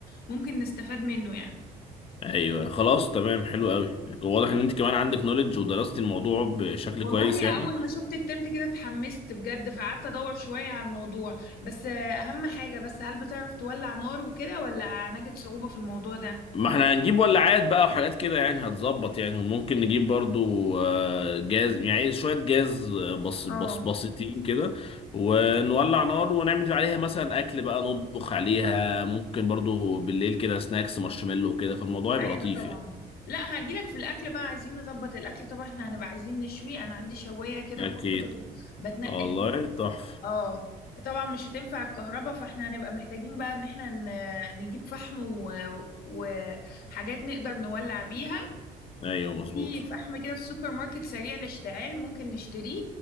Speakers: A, on the left (about 65°); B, on the left (about 35°).
A: ممكن نستفاد منه يعني
B: ايوه خلاص تمام حلو قوي واضح ان انت كمان عندك نوليدج ودرستي الموضوع بشكل
A: والله
B: كويس يعني
A: اول ما شفت التنت كده اتحمست بجد فقعدت ادور شوية على الموضوع بس آه، اهم حاجة بس هل بتعرف تولع نار وكده ولا هنجد صعوبة في الموضوع ده؟
B: ما احنا هنجيب ولاعات بقى وحاجات كده يعني هتظبط يعني وممكن نجيب برضو آه، جاز يعني شوية جاز آه، بس
A: اه
B: بس بسيطين كده ونولع نار ونعمل عليها مثلا أكل بقى نطبخ عليها ممكن برضو بالليل كده سناكس مارشميلو وكده فالموضوع يبقى
A: ايوه
B: لطيف
A: طبعا
B: يعني
A: لا هجيلك في الاكل بقى عايزين نظبط الاكل طبعا احنا هنبقى عايزين نشوي انا عندي شوايه كده
B: أكيد
A: بورتبل بتنقل
B: والله
A: بيها
B: تحفة
A: اه طبعا مش هتنفع الكهرباء فاحنا هنبقى محتاجين بقى ان احنا ن- نجيب فحم و- وحاجات نقدر نولع بيها
B: أيوه مظبوط
A: في فحم كده في سوبر ماركت سريع الاشتعال ممكن نشتريه